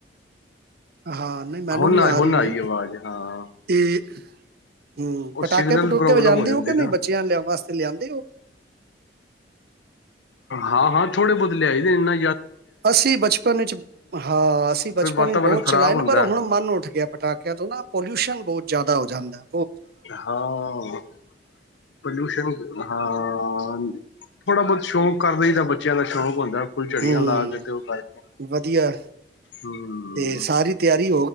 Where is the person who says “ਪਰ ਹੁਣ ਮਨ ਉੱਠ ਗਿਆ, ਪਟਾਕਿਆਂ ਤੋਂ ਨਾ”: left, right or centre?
Right